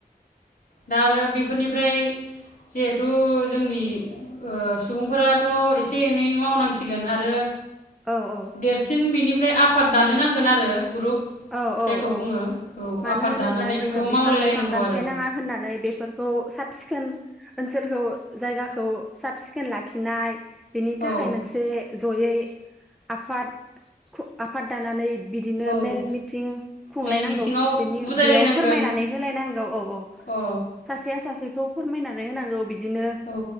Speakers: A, on the left; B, in the centre.
A: दा आरो बेफोरनिफ्राय जिहेथु जोंनि सुबुंफोराथ' एसे एनै मावनांसिगोन आरो।
B: औ औ
A: देरसिन बिनिफ्राय आफ। पट दानो नांगोन आरो ग्रुप।
B: औ
A: जायखौ
B: औ
A: बुङो
B: औ
A: औ
B: मानो
A: आफाद
B: होनोब्ला
A: दानानै
B: जोङो
A: बेखौ।
B: बिफां
A: मावलायलायनांगौ
B: लाइफां दानफायनाङा
A: आरो
B: होननानै बेफोरखौ साब सिखोन ओनसोलखौ। जायगाखौ साब सिखोन लाखिनाय बेनि थाखाय
A: औ
B: मोनसे। जयै आफाद आफाद दानानै बिदिनो मेल
A: औ
B: मि। थिं खुंलायनांगौ
A: मेल मिथिङाव
B: बिनि
A: बुजायलायनांगोन
B: बेयाव फोरमायनानै होलायनांगौ औ औ
A: अ
B: सासेया सासे खौ फोरमायनानै होनांगौ बि बिदिनो
A: औ